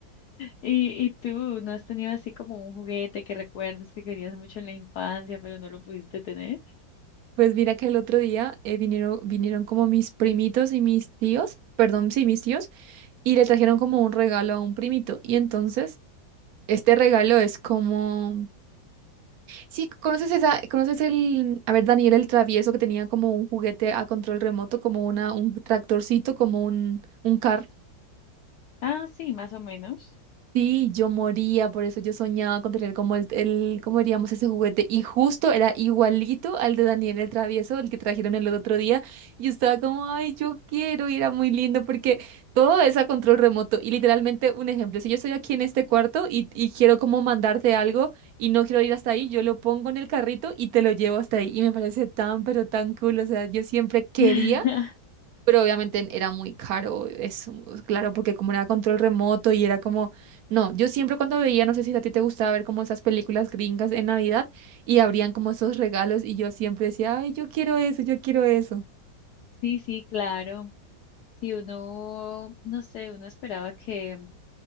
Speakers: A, on the left; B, on the right.
A: ¿Y, y tú no has tenido así como un juguete que recuerdes que querías mucho en la infancia, pero no lo pudiste tener?
B: Pues mira que el otro día eh, vinieron, vinieron como mis primitos y mis tíos, perdón, sí, mis tíos, y le trajeron como un regalo a un primito. Y entonces, este regalo es como Sí, conoces esa, conoces el, a ver, Daniel el travieso que tenía como un juguete a control remoto, como una, un tractorcito, como un, un carro.
A: Ah, sí, más o menos.
B: Sí, yo moría, por eso yo soñaba con tener como el, el, ¿cómo diríamos ese juguete? Y justo era igualito al de Daniel el Travieso, el que trajeron el otro día. Y yo estaba como, ay, yo quiero, y era muy lindo porque todo es a control remoto. Y literalmente, un ejemplo, si yo estoy aquí en este cuarto y, y quiero como mandarte algo y no quiero ir hasta ahí, yo lo pongo en el carrito y te lo llevo hasta ahí. Y me parece tan, pero tan cool. O sea, yo siempre quería
A: <laughs>
B: pero obviamente era muy caro, es pues, claro, porque como era control remoto y era como, no, yo siempre cuando veía, no sé si a ti te gustaba ver como esas películas gringas en Navidad y abrían como esos regalos y yo siempre decía, ay, yo quiero eso, yo quiero eso.
A: Sí, sí, claro. Si uno, no sé, uno esperaba que